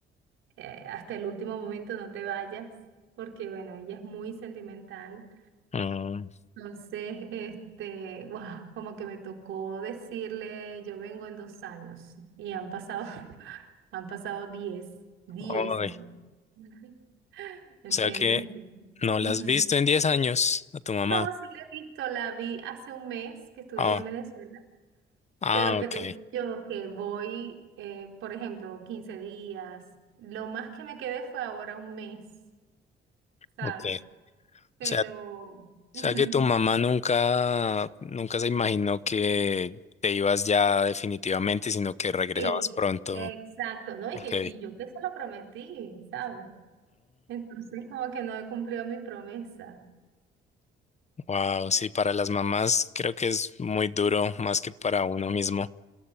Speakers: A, on the right; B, on the left.
A: eh, hasta el último momento no te vayas, porque bueno, ella es muy sentimental.
B: mm.
A: Entonces, este, guau, como que me tocó decirle, yo vengo en dos años y han pasado, <laughs> han pasado diez, diez
B: Ay,
A: años. Ujú. ¿Entiendes?
B: O sea que
A: Entonces,
B: no
A: ujú.
B: la has visto en 10 años a tu mamá.
A: No, sí la he visto, la vi hace un mes que estuve
B: Ah,
A: allá en Venezuela,
B: ah,
A: pero que
B: ok,
A: te digo yo que voy, eh, por ejemplo, 15 días, lo más que me quedé fue ahora un mes, ¿sabes?
B: ok.
A: Pero,
B: O sea, o sea
A: ujú,
B: que tu mamá nunca, nunca se imaginó que te ibas ya definitivamente, sino que regresabas
A: Sí,
B: pronto.
A: exacto, ¿no? Y
B: Ok.
A: que y yo que se lo prometí, ¿sabes? Entonces como que no he cumplido mi promesa.
B: wow, sí, para las mamás creo que es muy duro, más que para uno mismo.